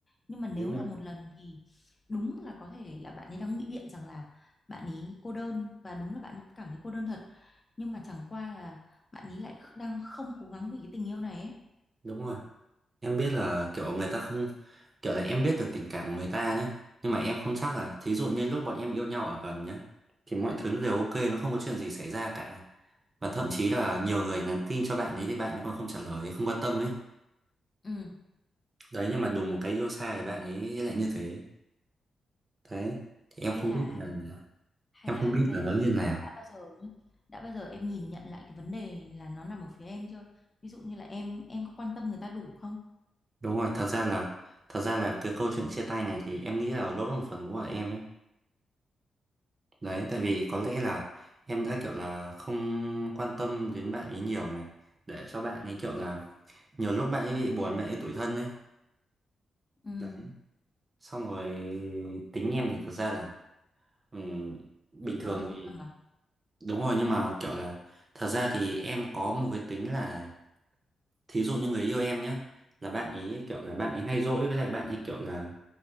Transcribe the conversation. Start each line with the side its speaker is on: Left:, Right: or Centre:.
Left: nhưng mà nếu
Right: đúng rồi
Left: là một lần thì đúng là có thể là bạn ấy đang ngụy biện rằng là bạn ấy cô đơn và đúng là bạn ấy cảm thấy cô đơn thật nhưng mà chẳng qua là bạn ấy lại kh- đang không cố gắng vì cái tình yêu này ấy
Right: đúng rồi em biết là kiểu người ta không kiểu là em biết được tình cảm của người ta nhé nhưng mà em không chắc là thí dụ như lúc bọn em yêu nhau ở gần nhá thì mọi thứ nó đều ok nó không có chuyện gì xảy ra cả và thậm chí là nhiều người nhắn tin cho bạn ấy thì bạn ấy còn không trả lời không quan tâm ấy
Left: ừ
Right: đấy nhưng mà đùng một cái yêu xa thì bạn ấy lại như thế đấy thì
Left: hay
Right: em không
Left: là
Right: biết là
Left: hay
Right: em
Left: là
Right: không biết
Left: hay
Right: là
Left: là
Right: nó như nào
Left: đã bao giờ nhá, đã bao giờ em nhìn nhận lại cái vấn đề là nó nằm ở phía em chưa ví dụ như là em em có quan tâm người ta đủ không
Right: đúng rồi thật ra là thật ra là cái câu chuyện chia tay này thì em nghĩ là lỗi một phần của em ấy đấy tại vì có lẽ là em đã kiểu là không quan tâm đến bạn ấy nhiều này để cho bạn ấy kiểu là nhiều lúc bạn ấy bị buồn bạn ấy tủi thân ấy
Left: ừ
Right: đấy xong rồi tính em thì thật ra là ừm, bình
Left: nó
Right: thường
Left: hơi vô
Right: thì
Left: tâm à
Right: đúng rồi nhưng mà kiểu là thật ra thì em có một cái tính là thí dụ như người yêu em nhá là bạn ấy kiểu là bạn ấy hay dỗi với lại bạn ấy kiểu là